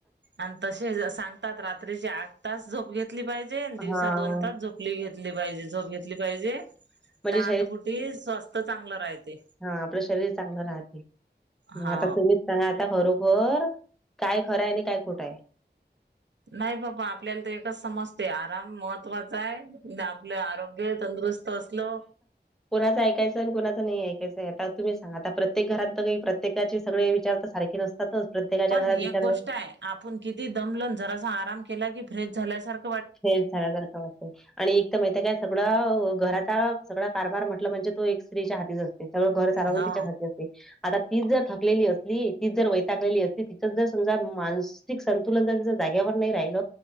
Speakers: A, on the right (about 80°); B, in the centre.
A: आणि तसेच सांगतात रात्रीचेठ तास जोप घेत ेतली पाहिजे दिवसाात
B: हां,
A: दोन तास झोपली घेतली पाहिजे झोप घेतली पाहिजे
B: म्हणजे
A: तर आता कुठे स्वस्थ चांगलं राहते
B: हा आपलं शरीर चांगलं राहते.
A: हा
B: आता तु सांगा आता खरोखर काय खरं आहे आणि काय खोटं आहे.
A: नाही बाबा आपल्याला तर एकच समजते. आराम महत्त्वाचा आहे. आपलं आरोग्य तंदुरुस्त असल.
B: कोणाच ऐकायचंय आणि कोणाचं नाही. ऐकायचंय आता तुम्ही सांग आता प्रत्येक घरात ना काही प्रत्येकाचे सगळे विचार सारखे रस्तातच प्रत्येकाच्या
A: पण
B: घरात
A: एक
B: विचार
A: गोष्ट आहे आपण किती दमलन जरासा आराम केला की फ्रेश झाल्यासारखा
B: फेज झाला जरका आणि एक तर माहित काय सगळं घराचा सगळा कारभार म्हटलं म्हणजे तो एक स्त्रीच्या हातीच असते सगळं घर सारवंतीच्या
A: हा
B: च हाती आता तीच जर थकलेली असली तीच जर वैताकलेली असली तिथ जर समजा मा मानसिक संतुलन जर का त्यायचं जागेवर नाही राहील